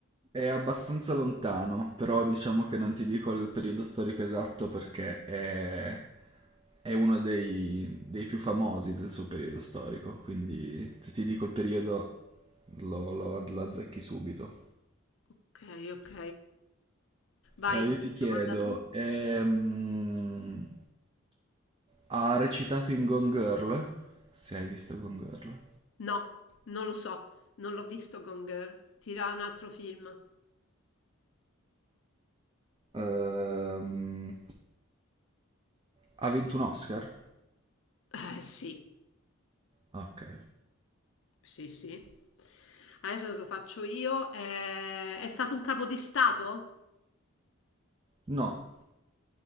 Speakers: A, on the right; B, on the left.
A: È abbastanza lontano, però diciamo che non ti dico il periodo storico esatto perché è, è uno dei, dei più famosi del suo periodo storico, quindi se ti dico il periodo lo, lo- lo azzecchi subito.
B: Ok, ok. Vai,
A: Eh, io ti chiedo,
B: domanda tu?
A: ehm, ha recitato in Gone Girl? Se hai visto Gone Girl.
B: No, non lo so, non l'ho visto Gone Girl. Tira un altro film.
A: Ehm, ha vinto un Oscar?
B: Eh sì,
A: Ok.
B: sì, sì. Adesso te lo faccio io. Eh, è stato un capo di stato?
A: No.